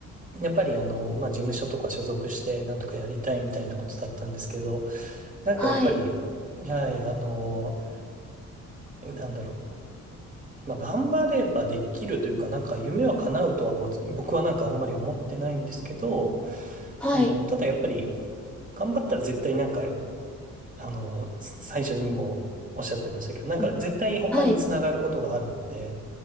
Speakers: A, on the right (about 25°); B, in the centre.
A: やっぱりあの、まあ、事務所とか所属して、なんとかやりたいみたいなことだったんですけど、なんかやっぱり、
B: はい。
A: はい、あの、なんだろう。まあ、頑張ればできるというか、なんか夢は叶うとはぼ僕はなんかあんまり思ってないんですけど、
B: はい。
A: その、ただやっぱり、頑張ったら絶対なんかあの、最初にもおっしゃってましたけど、なんか絶対他につながることがあるので、
B: うんはい。